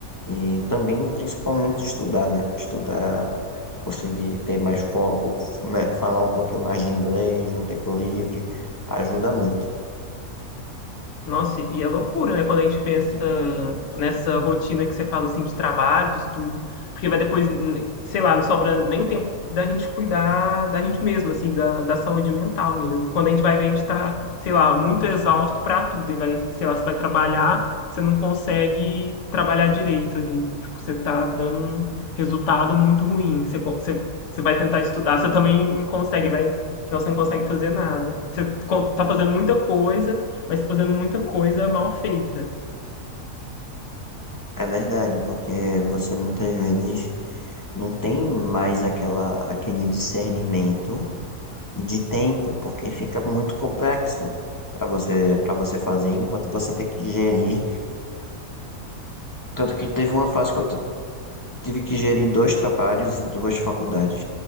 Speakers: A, on the left; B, on the left.
A: e também principalmente estudar, né? Estudar, conseguir ter mais foco, né? Falar um pouquinho mais de inglês no tempo livre, ajuda muito.
B: Nossa, e é loucura, né? Quando a gente pensa nessa rotina que você fala assim de trabalho, de estudo, porque vai depois, n- sei lá, não sobra nem tempo da gente cuidar da gente mesmo, assim, da, da saúde mental mesmo. Quando a gente vai ver, a gente tá, sei lá, muito exausto pra tudo, e vai, sei lá, você vai trabalhar, você não consegue trabalhar direito ali, tipo, você tá dando um resultado muito ruim, você, co- você, você vai tentar estudar, você também não consegue, vai, afinal você não consegue fazer nada. Você co- tá fazendo muita coisa, mas tá fazendo muita coisa mal feita.
A: É verdade, porque você muitas vezes não tem mais aquela, aquele discernimento de tempo, porque fica muito complexo para você, para você fazer, enquanto você tem que gerir tanto que teve uma fase que eu tive que gerir dois trabalhos e duas faculdades.